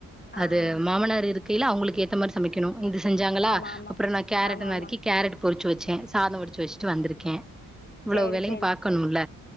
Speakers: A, on the left; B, in the centre.
A: ஆ
B: அது
A: ஆ.
B: மாமனார் இருக்கைல அவுங்களுக்கு ஏத்த மாரி சமைக்கணு இந்திஸ் செஞ்சாங்களா
A: ஆமா ஆமா
B: அப்பறோ நா கேரட்ட
A: ஆமா ஆமா
B: நறுக்கி கேரட் பொறிச்சி வச்சே சாதோ வடிச்சி வச்சிட்டு வந்துருக்கே இவ்ளோ
A: சேரி
B: வேலையு
A: சேரி
B: பாக்கணும்ல